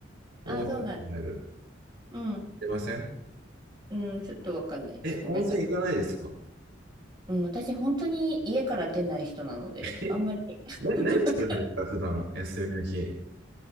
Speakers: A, on the right; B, on the right.
A: あ、
B: 思い出になる。
A: そうなんだ。うん。
B: 出ません
A: うん、ちょっとわかんないです。
B: え、
A: ごめんなさい。
B: 温泉行かないですか
A: うん、私、本当に家から出ない人なので、
B: え、
A: あんまり
B: な、
A: <laughs>
B: 何するんですか普段、
A: わかんない
B: 休みの日。